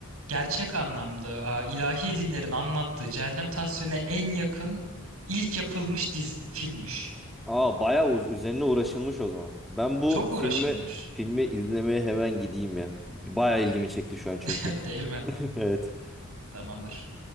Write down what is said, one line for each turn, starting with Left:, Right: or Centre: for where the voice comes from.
Right: gerçek anlamda a, ilahi dinlerin anlattığı cehennem tasvirine en yakın ilk yapılmış dizi, filmmiş.
Centre: Aa bayağı uz- üzerine uğraşılmış o zaman. Ben bu
Right: Çok uğraşılmış.
Centre: filmi filmi izlemeye hemen gideyim ya. Bayağı ilgimi çekti şu an çünkü.
Right: <laughs> Değil mi?
Centre: <laughs> Evet.
Right: Tamamdır.